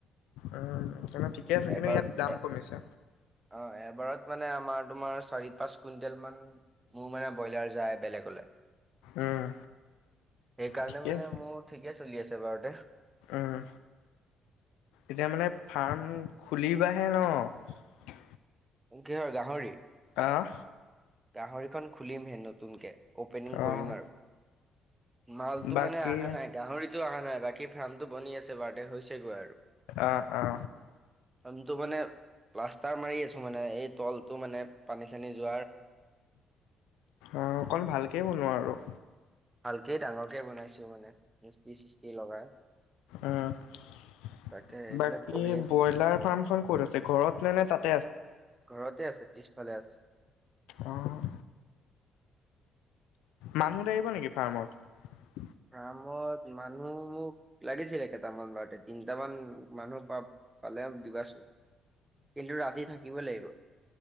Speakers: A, on the left; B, on the right.
A: উম তেনে ঠিকে আছে কিন্তু
B: এবাৰ
A: ইয়াত দাম
B: এ
A: কমিছে।
B: অ এবাৰত মানে আমাৰ তোমাৰ চাৰি পাঁচ কুইণ্টেল মান মোৰ মানে ব্ৰইলাৰ যায়। বেলেগলে
A: উম,
B: সেইকাৰণে
A: ঠিকে
B: মানে
A: আছে।
B: মোৰ ঠিকে চলি আছে বাৰতে।
A: উম। এতিয়া মানে ফাৰ্ম খুলিবাহে ন
B: অং কিহৰ গাহৰি?
A: অ
B: গাহৰিখন খুলিমহে নতুনকৈ অ'পেনিং কৰিম
A: অ'।
B: আৰু। মালটো
A: বাকী
B: মানে আহা নাই গাহৰিতটো আহা নাই বাকী ফাৰ্মটো বনি আছে বাৰডে হৈছেগৈ আৰু।
A: অ অ'
B: আমিটো মানে প্লাষ্টাৰ মাৰি আছো মানে, এই তলটো মানে পানী-চানী য
A: অকণ ভালকেই বনোৱা আৰু
B: কেই, ডাঙৰকে বনাইছো মানে মিষ্টি-চিষ্টি লগাই।
A: উম'
B: তাকে এইবিলাক
A: বাকী
B: কৰি আছে
A: ব্ৰইলাৰ ফাৰ্মখন ক'ত আছে, ঘৰত নে নে তাত
B: ঘৰতে আছে, পিছফালে আছে।
A: অ'। মানুহ লাগিব নেকি ফাৰ্মত।
B: অ' অ' মানুহ মোক লাগিছিলে কেইটামান, তিটামান মানুহ পা পালে দিবাচোন, কিন্তু ৰাতি থাকিব লাগিব।